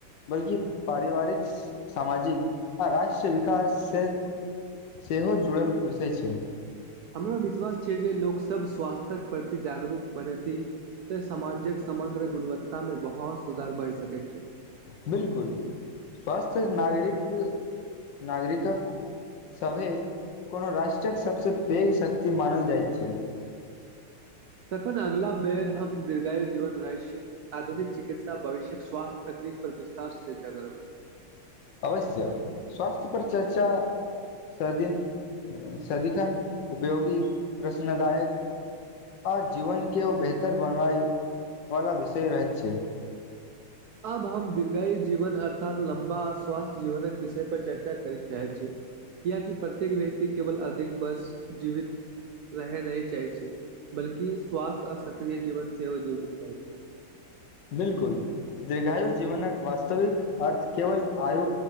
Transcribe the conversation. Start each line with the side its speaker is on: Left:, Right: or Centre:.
Left: बल्कि पारिवारिक सामाजिक आ राष्ट्र विकास स सेहो जुड़ल विषय छ
Right: हमरा विश्वास छै जे लोकसभ स्वास्थ्यक प्रति जागरूक बनेथ त साजिक समग्र गुणवत्ता मे बहुत सुधार भए सकैत छ
Left: बिल्कुल स्वस्थ नागरिक नागरिक सभ कोनो राष्ट्रक सभसँ पैघ शक्ति मानल जाइत छ
Right: तखन अगिला बेर हम दीर्घायु जीवन रह छ आधुनिक चिकित्सा भविष्यक स्वास्थ्य तकनीक पर विस्तार चर्च कर
Left: अवश्य स्वासस्थ्य पर चर्च सदिन सदिखन उपयोगी प्रश्नदाय आ जीवनके ओ बेहतर बनबैवला विषय रहैत छ
Right: आब हम दीर्घायु जीवन अर्थात लम्बा आ स्वास्थ्य जीवनक विषय पर चर्चा करय चाहे छ या कि प्रत्येक व्यक्ति केवल अधिक बस जीवि रह नहि चाहै छै बल्कि स्वास्थ्य आ सक्रिय जीवन सेहो जीवै चाह छ
Left: बिल्कुल दीर्घायु जीवनक वास्तविक अर्थ केवल आय